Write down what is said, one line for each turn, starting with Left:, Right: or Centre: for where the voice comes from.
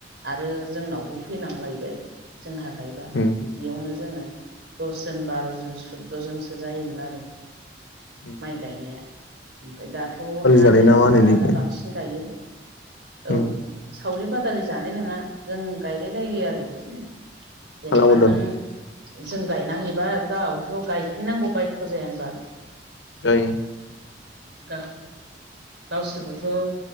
Right: आरो जोंनावबो फैनांलायबाय जोंहा गायबा
Left: उम
Right: बिदियावनो जोङो दसजोन बार'जोन सुद्द' जोनसो जायोमोन आरो
Left: उम
Right: माइ गायनाया ओमफ्राय दाथ' हाजिरा
Left: जानाय ना
Right: गोजानो
Left: मा होनो इदिखो
Right: बांसिन गायो
Left: उम
Right: औ सावरि बादालि जानाय नङा जों गायलायलायो आरो बिदिनो जेनेबा
Left: फाला बदल
Right: नों जों गायना हैबा गथ' गायफैनांगौ बायथ' जाया होमबा
Left: ओइ
Right: गा गावसोरबोथ'